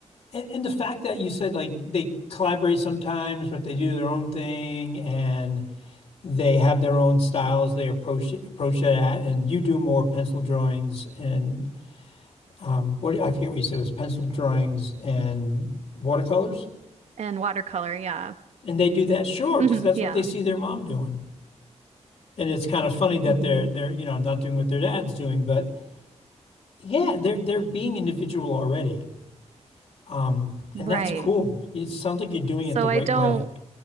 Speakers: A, on the left; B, on the right.
A: And, and the fact that you said like they collaborate sometimes, but they do their own thing and they have their own styles they approach approach it at, and you do more pencil drawings and um, what I forget what you said it was pencil drawings and watercolors,
B: And watercolor, yeah.
A: and they do that, sure,
B: hmm
A: because that's
B: yeah.
A: what they see their mom doing. And it's kind of funny that
B: hmm
A: they're they're you know not doing what their dad's doing, but yeah, they're they're being individual already, um,
B: Right.
A: and that's cool. It sounds like you're doing
B: So
A: it the right
B: I don't
A: way.